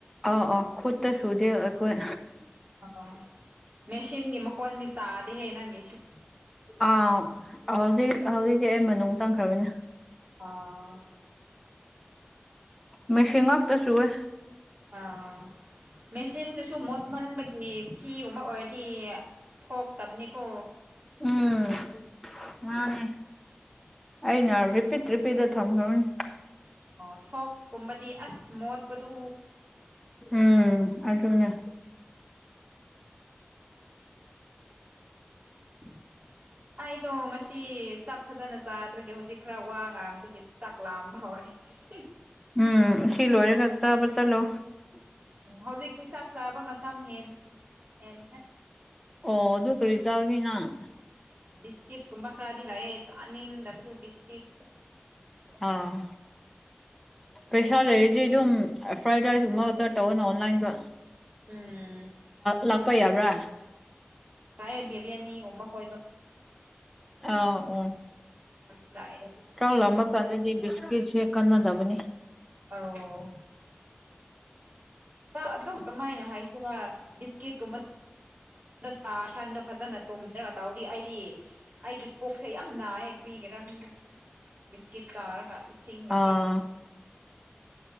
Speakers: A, in the centre; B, on the right.
A: ꯑꯥꯎ ꯑꯥ ꯈꯨꯠꯇ ꯁꯨꯗꯦ ꯑꯩꯈꯣꯏ
B: ꯑꯣ ꯃꯦꯁꯤꯟꯒꯤ ꯃꯈꯣꯟꯗꯤ ꯇꯥꯗꯦꯍꯦ ꯅꯪꯒꯤꯁꯤ
A: ꯑꯥ ꯍꯧꯖꯤꯛ ꯍꯧꯖꯤꯛꯤ ꯑꯩ ꯃꯅꯨꯡ ꯆꯪꯈ꯭ꯔꯕꯅꯤꯅꯦ
B: ꯑꯥ
A: ꯃꯦꯁꯤꯡ ꯉꯥꯛꯇ ꯆꯋ
B: ꯑꯥ ꯃꯦꯆꯤꯟꯗꯁꯨ ꯃꯣꯠꯃꯟꯕꯒꯤ ꯐꯤꯒꯨꯝꯕ ꯑꯣꯏꯔꯗꯤ ꯊꯣꯛꯇꯥꯕꯅꯤꯀꯣ
A: ꯎꯝ ꯃꯥꯅꯦꯅꯦ ꯑꯩꯅ ꯔꯤꯄꯤꯠ ꯔꯤꯄꯤꯠꯇ ꯊꯝꯈ꯭ꯔꯅꯤ
B: ꯑꯣ ꯁꯣꯁꯀꯨꯝꯕꯗꯤ ꯑꯁ ꯃꯣꯠꯄꯗꯨ
A: ꯎꯝ ꯑꯗꯨꯅ
B: <inaudible> ꯑꯩꯗꯣ ꯉꯁꯤ ꯆꯥꯛ ꯐꯖꯅ ꯆꯥꯗꯕꯒꯤ ꯍꯧꯖꯤꯛ ꯈꯔ ꯋꯥ ꯉꯥꯡꯕꯒꯤ ꯆꯥꯛ ꯂꯥꯛꯑꯝꯕ ꯍꯧꯔꯦ ꯎ
A: ꯎꯝ ꯁꯤ ꯂꯣꯏꯔꯒ ꯆꯥꯕ ꯆꯠꯂꯣ
B: ꯍꯧꯖꯤꯛꯤ ꯆꯥꯛ ꯆꯥꯕ ꯃꯇꯝ ꯍꯦꯟ ꯍꯦꯟ
A: ꯑꯣ ꯑꯗꯨ ꯀꯔꯤ ꯆꯥꯒꯤꯅꯪ
B: ꯕꯤꯁꯀꯤꯠꯀꯨꯝꯕ ꯈꯔꯗꯤ ꯂꯥꯛꯑꯦ ꯆꯥꯅꯤꯡꯗꯕꯗꯨ ꯕꯤꯁꯀꯤꯠꯁꯦ
A: ꯑꯥ ꯄꯩꯁꯥ ꯂꯩꯔꯗꯤ ꯑꯗꯨꯝ ꯐ꯭ꯔꯥꯏꯗ ꯔꯥꯏꯁꯀꯨꯝꯕ ꯑꯣꯗꯔ ꯇꯧꯋꯅ ꯑꯣꯟꯂꯥꯏꯟꯗ
B: ꯎꯝ
A: ꯂꯥꯛꯄ ꯌꯥꯕ꯭ꯔꯥ
B: ꯇꯥꯏ ꯔꯌꯥꯅꯤ ꯎꯃ ꯍꯣꯗꯣ
A: ꯑꯥ ꯑꯣ
B: ꯂꯥꯛꯑꯦ
A: ꯆꯥꯛ ꯂꯝꯃ ꯀꯥꯟꯗꯗꯤ ꯕꯤꯁꯀꯤꯠꯁꯦ ꯀꯟꯅꯗꯕꯅꯤ
B: ꯑꯣ ꯑꯗꯨꯝ ꯀꯃꯥꯏꯅ ꯍꯥꯏꯁꯤꯔ ꯕꯤꯁꯀꯤꯠꯀꯨꯝꯕ ꯗ ꯇ ꯁꯟꯗꯣ ꯐꯖꯅ ꯇꯣꯝꯗ ꯇꯧꯔꯤ ꯑꯩꯗꯤ ꯑꯩꯒꯤ ꯄꯣꯛꯁꯦ ꯌꯥꯝ ꯅꯥꯏꯌꯦ ꯀꯔꯤꯒꯤꯔꯥ ꯈꯪꯗꯦ ꯕꯤꯁꯀꯤꯠ ꯇꯥꯔꯒ ꯏꯁꯤꯡꯒ
A: ꯑꯥ
B: ꯈꯔ